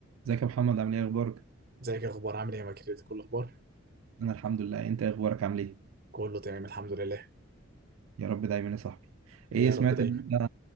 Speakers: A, on the right (about 80°); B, on the right (about 50°).
A: ازيك يا محمد عامل ايه اخبارك
B: ازيك يا اخبار عامل ايه يا كده كل الاخبار
A: انا الحمد لله انت إيه اخبارك عامل ايه
B: كله تمام الحمد لله
A: يا رب دايما يا صاحبي ايه
B: ايه يا
A: سمعت
B: رب دايما
A: ان انت